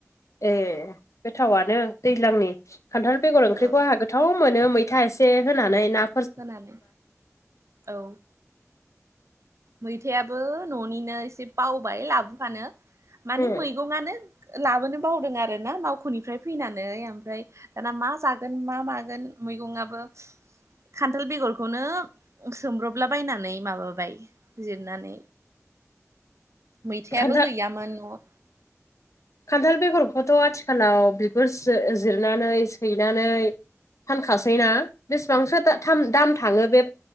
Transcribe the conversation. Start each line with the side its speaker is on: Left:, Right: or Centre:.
Left: ए गोथावानो दैज्लांनि खान्थाल बेगर ओंख्रिखौ
Right: औ
Left: आहा गो थाव मोनो मैथा एसे होनानै ना
Right: होनानै औ मैथायाबो न'निनो एसे बावबाय लाबोफानो मानि
Left: उम
Right: मैगंआनो लाबोनो बावदों आरोना मावख'निफ्राय फैनानै ओमफ्राय दाना मा जागोन मा मागोन मैगंआबो खान्थाल बेगरखौनो सोमब्रबला बायनानै माबाबाय जिरनानै मैथायाबो
Left: खान्थाल
Right: गैयामोन न'आव
Left: खान्थाल बेगरखौथ' आथिखालाव बिगुर जिरनानै सैनानै फानखासैना बेसेबांसो दाम थाङो बे